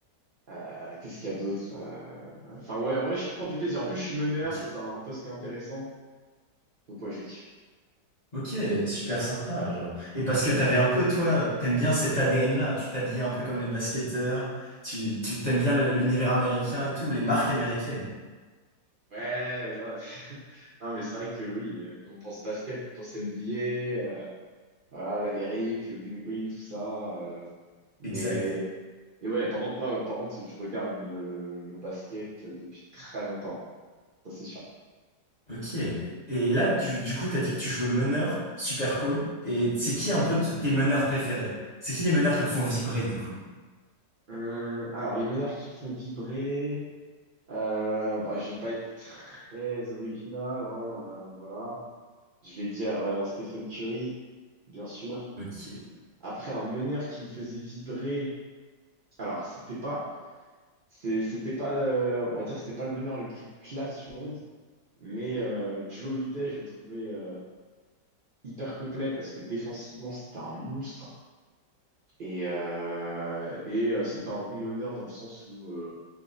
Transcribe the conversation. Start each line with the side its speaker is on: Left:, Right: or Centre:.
Right: Euh, qu'est-ce qu'il y a d'autre? Euh, Enfin ouais, en vrai, je prends du plaisir. En plus, je suis meneur,
Left: Ok,
Right: c'est un poste qui est intéressant. Donc ouais, je kiffe.
Left: ok, super sympa genre. Et parce que t'avais un peu toi, t'aimes bien cet ADN-là, tu t'habillais un peu comme les basketteurs, tu, tu t'aimes bien le- l'univers américain et tout, les marques américaines.
Right: Ouais, non, <laughs> non, mais c'est vrai que oui, euh, quand on pense basket, on pense NBA, euh, voilà, l'Amérique, le bling-bling, tout ça. euh, mais
Left: Exact.
Right: et ouais, par contre, moi, par contre, je regarde le, le- le basket depuis très longtemps, ça c'est sûr.
Left: Ok. Et là du, du coup t'as dit que tu jouais meneur, super cool. Et c'est qui un peu t- tes meneurs préférés? C'est qui les meneurs qui te font vibrer du coup?
Right: Hum, alors, les meneurs qui me font vibrer. Euh, bah, je vais pas être très original, hein, euh, voilà. Je vais dire euh, Stephen Curry, bien sûr.
Left: Ok,
Right: Après, un meneur qui me faisait vibrer. Alors, c'était pas, c'est- c'était pas, euh, on va dire, c'était pas le meneur le plus classe du monde, mais euh, Drew Holiday, je le trouvais euh, hyper complet parce que défensivement, c'était un monstre et euh, et euh, c'était un bon meneur dans le sens où euh,